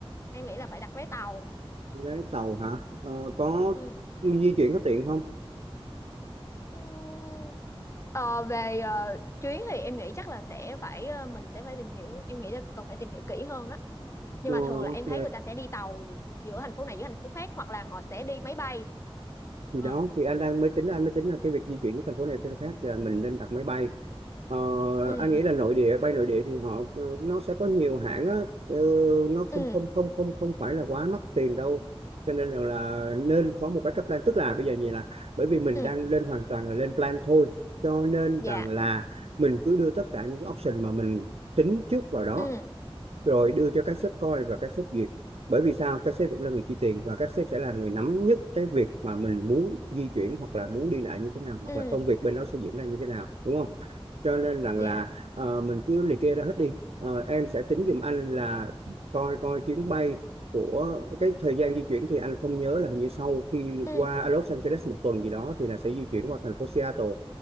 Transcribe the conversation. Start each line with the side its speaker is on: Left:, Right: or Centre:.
Left: Em nghĩ là phải đặt vé tàu.
Right: vé tàu hả ờ, có
Left: Ừ.
Right: di chuyển có tiện không
Left: Ừm, Ờ, về ờ, chuyến thì em nghĩ chắc là sẽ phải ờ, mình sẽ phải tìm hiểu. Em nghĩ là cần phải tìm hiểu kỹ hơn á. Nhưng
Right: ờ,
Left: mà thường là em
Right: ok
Left: thấy người ta sẽ đi tàu giữa thành phố này giữa thành phố khác hoặc là họ sẽ đi máy bay.
Right: thì
Left: Ờ.
Right: đó thì anh đang mới tính anh mới tính là cái việc di chuyển của thành phố này tới khác là mình nên đặt máy bay ờ,
Left: Ừ
Right: anh nghĩ là nội
Left: ừ
Right: địa bay nội địa thì họ ờ, nó sẽ có nhiều hãng á ờ, nó
Left: ừ
Right: không không không không không phải là quá mắc tiền đâu cho nên rằng là nên có một backup plan tức là bây giờ như là bởi vì mình
Left: ừ
Right: đang lên hoàn toàn là lên plan thôi cho nên
Left: dạ.
Right: rằng là mình cứ đưa tất cả những option mà mình tính trước vào đó
Left: Ừ
Right: rồi đưa cho các sếp coi và các sếp duyệt bởi vì sao các sếp vẫn là người chi tiền và các sếp sẽ là người nắm nhất cái việc mà mình muốn di chuyển hoặc là muốn đi lại như thế nào hoặc
Left: ừ
Right: là công việc bên đó sẽ diễn ra như thế nào đúng không cho nên rằng
Left: dạ.
Right: là ờ, mình cứ liệt kê ra hết đi Ờ, em sẽ tính giùm anh là coi coi chuyến bay của cái thời gian di chuyển thì anh không nhớ là hình như sau khi
Left: Ừ
Right: qua Los Angeles một tuần gì đó thì là sẽ di chuyển qua thành phố Seattle